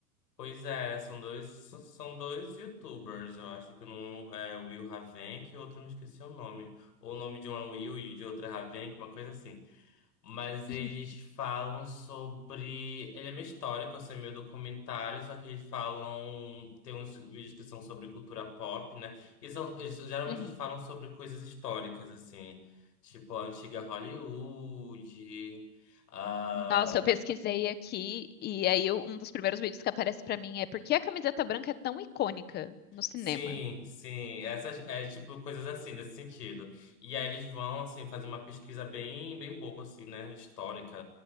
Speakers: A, on the left; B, on the left.
A: Pois é, são dois, são dois YouTubers, eu acho que um é o Will Ravenk e outro não esqueci o nome. Ou o nome de um é Will e de outro é Ravenk, uma coisa assim. Mas eles
B: <laughs>
A: falam sobre. Ele é meio histórico, assim, é meio documentário, só que eles falam. Tem uns vídeos que são sobre cultura pop, né? E são, eles, geralmente
B: Uhum.
A: eles falam sobre coisas históricas, assim, tipo a antiga Hollywood, ah,
B: Nossa, eu pesquisei aqui e aí eu- um dos primeiros vídeos que aparece pra mim é por que a camiseta branca é tão icônica no cinema?
A: Sim, sim. Essas é tipo coisas assim nesse sentido. E aí eles vão assim fazer uma pesquisa bem, bem boa assim, né, histórica